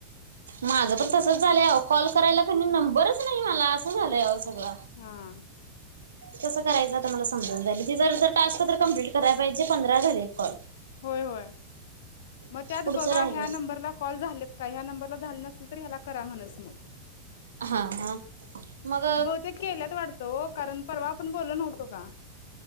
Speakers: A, on the right; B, on the left.
A: माझं पण तसंच झालंय आहो कॉल करायला कणी नंबरच नाय मला असं झालंय आहो सगळं
B: हां
A: कसं करायचं आता मला समजू न झालंय ती जर जर टास्क तर कम्प्लीट कराय पाहिजे पंधरा झालेत कॉल
B: होय होय म त्यात
A: पुढचं
B: बघा
A: राहिलय
B: ह्या नंबरला कॉल झालेत काय ह्या नंबरला झाले नसतील तर ह्याला करा म्हणसं म
A: हा हा मग
B: ते केल्यात वाडत ओ कारण परवा आपण बोलो नव्हतो का?